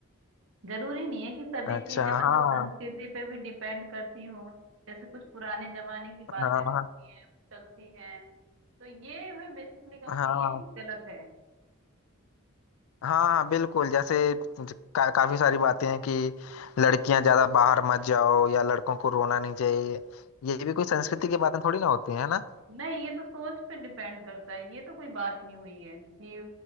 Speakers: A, on the right; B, on the left.
A: जरूरी नहीं है कि सभी
B: अच्छा
A: चीजें मतलब
B: हाँ
A: संस्कृति पे भी डिपेंड करती हो जैसे कुछ पुराने जमाने की बातें
B: हाँ
A: होती
B: हाँ
A: हैं चलती हैं तो ये मैं बेसिकली कहूंगी
B: हाँ हाँ
A: ये चीज गलत है
B: हाँ, बिल्कुल जैसे का, काफी सारी बातें हैं कि लड़कियां ज्यादा बाहर मत जाओ या लड़कों को रोना नहीं चाहिए ये भी कोई संस्कृति की बातें थोड़ी ना होती है ना
A: नहीं ये तो सोच पे डिपेंड करता है ये तो कोई बात नहीं हुई है कि